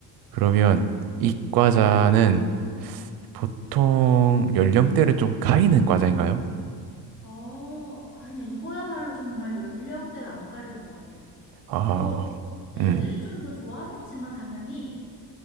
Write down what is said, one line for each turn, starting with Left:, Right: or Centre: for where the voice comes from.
Right: 그러면 이 과자는 보통 연령대를 좀 가리는 과자인가요?
Left: 아, 아니야. 이거야말로 정말 연령대를 안 가리는 것 같아.
Right: 아,
Left: 뭐, 애들이
Right: 음.
Left: 좀 더 좋아하겠지만, 당연히.